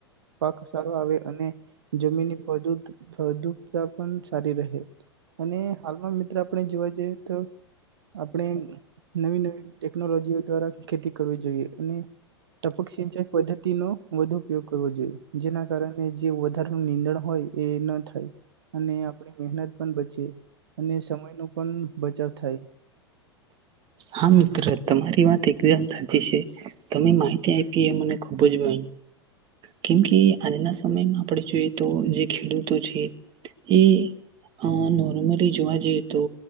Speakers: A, on the right; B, on the right.
A: પાક સારો આવે અને જમીનની ફળદ્રુપ ફળદ્રુપતા પણ સારી રહે અને હાલમાં આપણે જોવા જઈએ તો આપણે નવી નવી ટેકનોલોજીઓ દ્વારા ખેતી કરવી જોઈએ અને ટપક સિંચાઈ પદ્ધતિનો <unintelligible> ઉપયોગ કરવો જોઈએ. જેના કારણે જ. જે વધારે નીંદણ હોય એ ન થાય. અને આપણી મહેનત પણ બચે અને. સમય ન પણ બચાવ થાય.
B: હા મિત્ર તમારી વાત એકદમ સાચી છે. તમે માહિતી આયપી એ મને ખૂબ જ ભ કેમ કે આજના સમયમાં. આપણે જોઈએ તો જે ખેડૂતો છે. એ અ નોર્મલી જોવા જઈએ તો